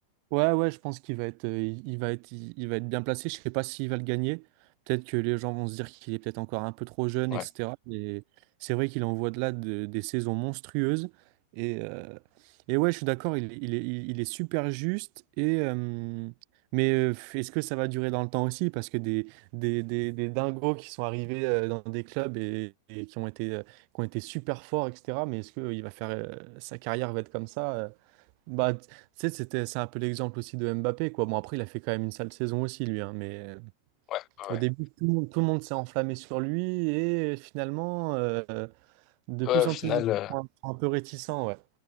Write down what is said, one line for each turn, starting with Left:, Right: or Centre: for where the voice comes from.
Right: Ouais, ouais, je pense qu'il va être, euh, il il va être, il, il va être bien placé. Je sais pas s'il va le gagner. Peut-être que les gens vont se dire qu'il est peut-être encore un peu trop jeune,
Left: Ouais.
Right: etc. Mais c'est vrai qu'il envoie de là de- des saisons monstrueuses. Et, euh, et ouais, je suis d'accord, il, il est, il il est super juste. Et, euh, mais euh, est-ce que ça va durer dans le temps aussi? Parce que des, des, des, des dingos qui sont arrivés euh, dans des clubs et, et qui ont été, euh, qui ont été super forts, etc. Mais est-ce que euh, il va faire, euh, sa carrière va être comme ça? euh? Bah, tu sais, c'était, c'est un peu l'exemple aussi de Mbappé, quoi. Bon, après, il a fait quand même une sale saison aussi, lui, hein, mais euh,
Left: Ouais,
Right: au
Left: ouais.
Right: début, tout le monde, tout le monde s'est enflammé sur lui et finalement, euh, de
Left: Ouais,
Right: plus
Left: au
Right: en
Left: final,
Right: plus de gens
Left: euh,
Right: sont un sont un peu réticents, ouais.